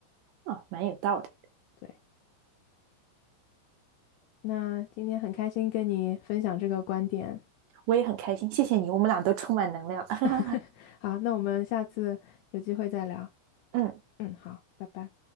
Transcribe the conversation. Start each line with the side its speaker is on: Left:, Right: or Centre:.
Right: 啊，蛮有道理。
Left: 对，那今天很开心跟你分享这个观点。
Right: 我也很开心，谢谢你，我们俩都充满能量。<laughs>
Left: <laughs> 好，那我们下次有机会再聊。
Right: 嗯，
Left: 嗯，好，拜拜。